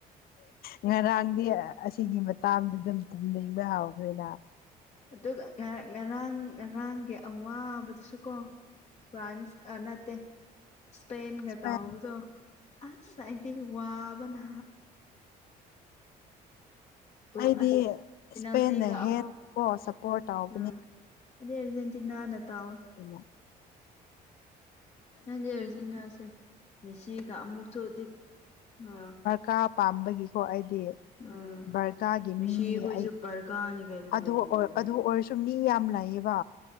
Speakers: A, on the left; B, on the left.
A: ꯉꯔꯥꯡꯗꯤ ꯑꯁꯤꯒꯤ ꯃꯇꯥꯝꯗꯨꯗ ꯗꯨꯝ ꯇꯨꯝꯅꯤꯡꯕ ꯍꯥꯎꯈ꯭ꯔꯦꯅ
B: ꯑꯗꯨꯒ ꯉ ꯉꯔꯥꯡ ꯉꯔꯥꯡꯒꯤ ꯑꯋꯥꯕꯗꯨꯁꯨ ꯀꯣ ꯐ꯭ꯔꯥꯟꯁ ꯑ ꯅꯠꯇꯦ ꯏꯁꯄꯦꯟ
A: ꯏꯁꯄꯦꯟ
B: ꯒ ꯇꯧꯕꯗꯣ ꯑꯁ ꯑꯩꯗꯤ ꯋꯥꯕꯅ ꯇꯨ
A: ꯑꯩꯗꯤ
B: ꯑꯁ ꯄꯤꯅꯥꯜꯇꯤꯒ
A: ꯏꯁꯄꯦꯟꯅ ꯍꯦꯟ
B: ꯑꯃꯨꯛ
A: ꯀꯣ ꯁꯞꯄꯣꯔꯠ ꯇꯧꯕꯅꯦ
B: ꯎꯝ ꯑꯗ ꯑꯔꯖꯦꯟꯇꯤꯅꯥ ꯅꯅ ꯇꯥꯎ
A: ꯏꯅ
B: ꯅꯥꯟꯗꯤ ꯑꯔꯖꯤꯅꯥꯁꯦ ꯃꯦꯁꯤꯒ ꯑꯃꯨꯛ ꯊꯣꯛꯑꯗꯦ ꯑꯥ
A: ꯀꯥ ꯄꯥꯝꯕꯒꯤꯀꯣ ꯑꯩꯗꯤ
B: ꯎꯝ
A: ꯕꯔꯀꯥꯒꯤ
B: ꯃꯦꯁꯤꯈꯣꯏꯁꯨ
A: ꯃꯤ ꯑꯩ
B: ꯕꯔꯀꯥꯔꯅꯤ ꯀꯩꯅꯣ
A: ꯑꯗꯨ
B: ꯀꯔꯤꯅꯣ
A: ꯑꯗꯨ ꯑꯣꯏꯔꯁꯨ ꯁꯨꯝ ꯃꯤ ꯌꯥꯝ ꯂꯩꯌꯦꯕ